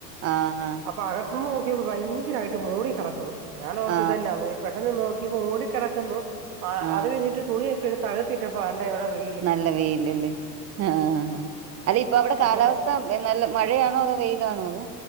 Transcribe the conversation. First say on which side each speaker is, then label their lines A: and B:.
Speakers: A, on the right; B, on the right.
A: ആ ആ
B: അപ്പ അകത്ത്ന്ന് നോക്കിയപ്പോ ഭയങ്കരായിട്ട് മൂടി കെടക്കുന്നു ഞാ ഓർത്ത്
A: ആ
B: ഇതെന്താണ് പെട്ടെന്ന് നോ ക്ക്‌യുമ്പൊ മൂടി കെടക്കുന്നു
A: ആ
B: അത് കഴിഞ്ഞിട്ട് തുണിയെക്കെ എട്ത്ത് അകത്തിട്ടപ്പ ദാണ്ടെ ഇവിടെ വെ
A: നല്ല വെയില് അല്ലേ ആഹ് ആഹ് ആഹ് ആഹ് അല്ല ഇപ്പ അവിടെ കാലാവസ്ഥ
B: അങ്ങനെ
A: നല്ല മഴയാണോ അതോ വെയിലാണോ അതോ